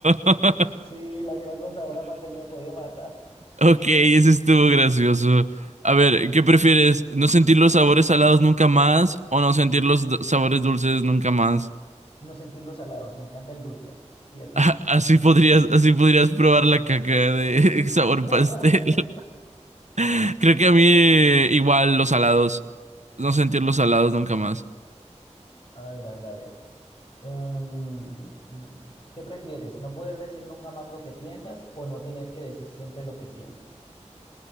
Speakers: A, on the right; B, on the left.
A: <laughs>
B: Sí, la caca con sabor a pastel me puede matar.
A: Ok, ese estuvo gracioso. A ver,
B: Sí.
A: ¿qué prefieres? ¿No sentir los sabores salados nunca más o no sentir los do- sabores dulces nunca más?
B: No sentir los salados, me encanta el dulce. ¿Y
A: <laughs>
B: a ti?
A: A- Así podrías, así podrías probar la caca de <laughs> sabor
B: <laughs>
A: pastel. <laughs> Creo que a mí eh, igual los salados. No sentir los salados nunca más.
B: A ver, a ver, a ver. Em, mm, ¿qué prefieres? ¿No poder decir nunca más lo que piensas o no tener que decir siempre lo que piensas?